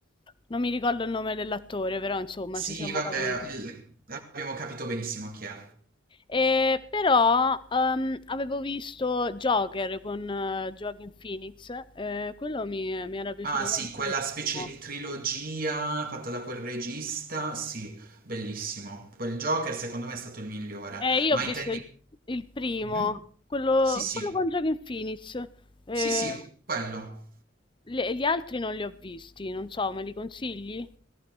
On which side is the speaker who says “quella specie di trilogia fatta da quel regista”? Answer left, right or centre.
Right